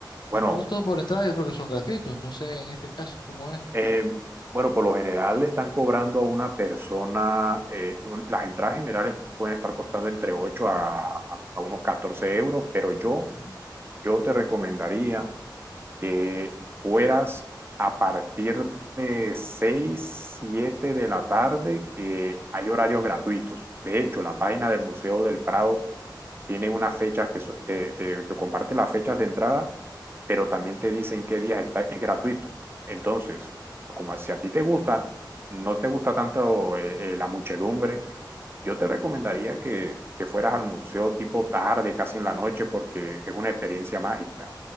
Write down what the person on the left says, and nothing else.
un
costo por entrada y otros que son gratuitos. No sé en este caso cómo es.
Ujú.